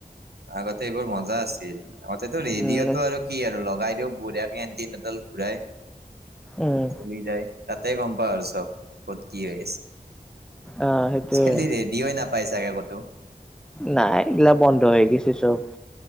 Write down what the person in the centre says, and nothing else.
উম
উম
অ সেইটোৱে
নাই এইগলা বন্ধ হৈ গেছে চব।